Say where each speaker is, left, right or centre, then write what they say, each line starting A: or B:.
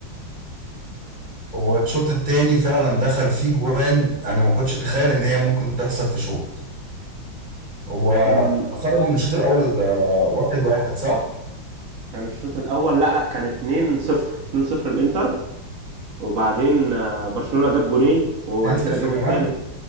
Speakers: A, in the centre; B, on the right.
A: هو الشوط التاني فعلا دخل فيه جوان انا ما كنتش اتخيل ان هي ممكن تحصل في شوط هو
B: ال...
A: خرجوا من الشوط الاول آه، واحد واحد صح؟
B: كان الشوط الاول لا لا كان 2 0 2 0 الانتر وبعدين آه، برشلونة جاب جونين وبعد
A: 2-0
B: كده جابوا
A: كمان
B: الثالث